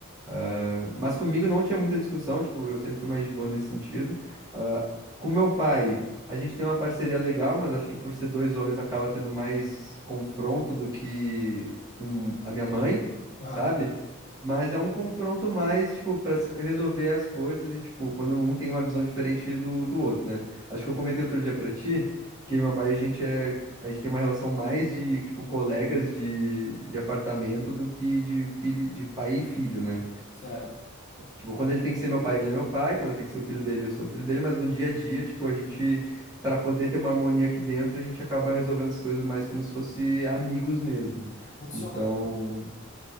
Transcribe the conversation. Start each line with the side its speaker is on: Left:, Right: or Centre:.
Right: Ah, mas comigo não tinha muita discussão, tipo, eu sempre fui mais de boa nesse sentido. Ah, com meu pai, a gente tem uma parceria legal, mas acho que por ser dois homens acaba tendo mais confronto do que com a minha mãe,
Left: Ah,
Right: sabe? Mas é um confronto mais, tipo, pra se resolver as coisas e, tipo, quando um tem uma visão diferente do, do outro, né? Acho que eu comentei outro dia pra ti que meu pai, a gente é a gente tem uma relação mais de, tipo, colegas de, de apartamento do que de filho, de pai e filho, né?
Left: certo.
Right: Tipo, quando ele tem que ser meu pai, ele é meu pai, quando eu tenho que ser o filho dele, eu sou o filho dele, mas no dia a dia, tipo, a gente, pra poder ter uma harmonia aqui dentro, a gente acaba resolvendo as coisas mais como se fosse amigos mesmo.
Left: Funciona.
Right: Então,